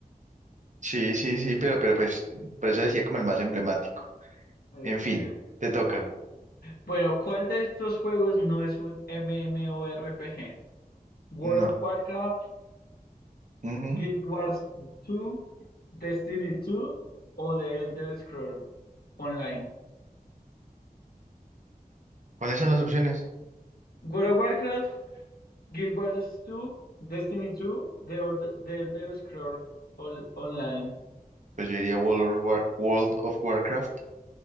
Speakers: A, on the right; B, on the left.
A: Sí, sí, sí, pero, pero pues, por eso decía como el más emblemático.
B: Okay.
A: En fin, te toca.
B: Bueno, ¿cuál de estos juegos no es un MMORPG? World
A: No.
B: of Warcraft,
A: Ujú.
B: Guild Wars 2, Destiny 2 o The Elder Scrolls Online.
A: ¿Cuáles son las opciones?
B: World of Warcraft, Guild Wars 2, Destiny 2, The, Old- The Elder Scrolls Ol- Online.
A: Pues yo diría World of War- World of Warcraft.